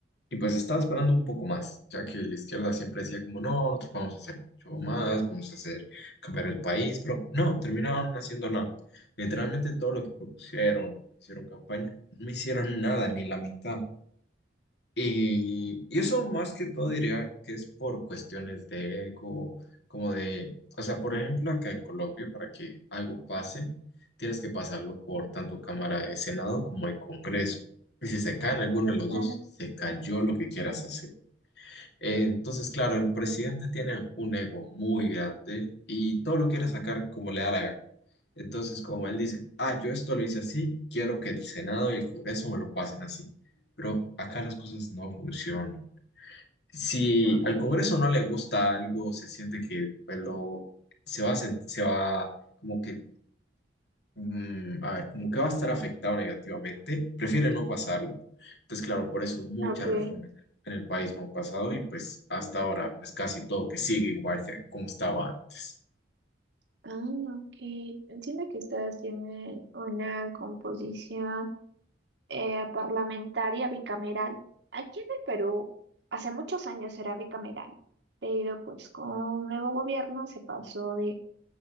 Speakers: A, on the left; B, on the right.
A: Y pues estaba esperando un poco más, ya que la izquierda siempre decía como, no, nosotros vamos a hacer mucho más, vamos a hacer cambiar el país, pero no, terminaron no haciendo nada. Literalmente todo lo que propusieron, hicieron campaña, no hicieron nada, ni la mitad. Y, y eso más que todo diría que es por cuestiones de ego, como de, o sea, por ejemplo, acá en Colombia, para que algo pase, tienes que pasarlo por tanto Cámara de Senado como el Congreso. Y si se caen alguno de los
B: Claro.
A: dos, se cayó lo que quieras hacer. Eh, Entonces, claro, el presidente tiene un ego muy grande y todo lo quiere sacar como le da la gana. Entonces, como él dice, ah, yo esto lo hice así, quiero que el Senado y el Congreso me lo pasen así. Pero acá las cosas no funcionan. Si
B: Ok,
A: al Congreso no le gusta algo, se siente que pues, lo, se va, a sent- se va como que mm, a ver, como que va a estar afectado negativamente, prefiere no pasarlo. Entonces, claro, por eso muchas
B: ok.
A: reformas en el país no han pasado y pues hasta ahora, pues casi todo que sigue igual que como estaba antes.
B: Ah, ok. Entiendo que ustedes tienen una composición. eh, parlamentaria bicameral. Aquí en el Perú hace muchos años era bicameral, pero pues con un nuevo gobierno se pasó de